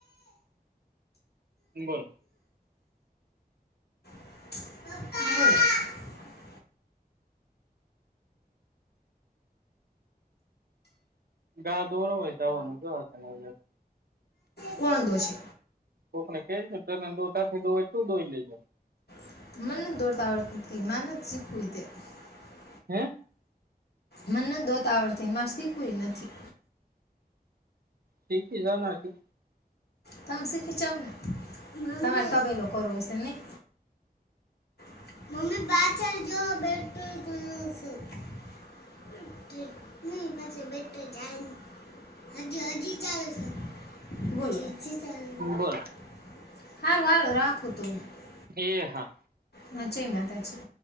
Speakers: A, on the right; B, on the left.
A: બોલ.
B: <inaudible>
A: ગા દોરો હોય તો જ <unintelligible>
B: કોન દોસે.
A: કોકને કેય છે <unintelligible> તું ધોઈ લેજે.
B: <inaudible>
A: હે.
B: મને ઘોતા આવડતી મા શીખવી નથી.
A: શીખી જવાનું <unintelligible>
B: તમે <unintelligible> તમારે
A: શીખી
B: તબે લોકો નું હશે. નહીં. <inaudible> બોલો. <inaudible> <unintelligible>
A: બોલ એ હા.
B: હા જય માતાજી.